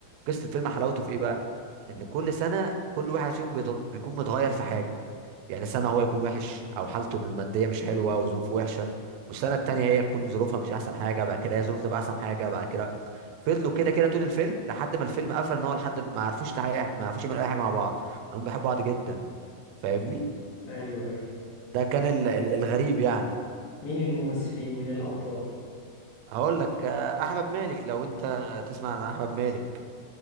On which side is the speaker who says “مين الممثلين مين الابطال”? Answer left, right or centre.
Left